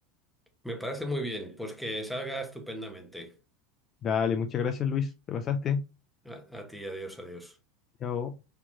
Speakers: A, in the centre; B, on the left.
A: Me parece muy bien, pues que salga estupendamente.
B: Dale, muchas gracias, Luis, te pasaste.
A: A, a ti, adiós, adiós.
B: Chao.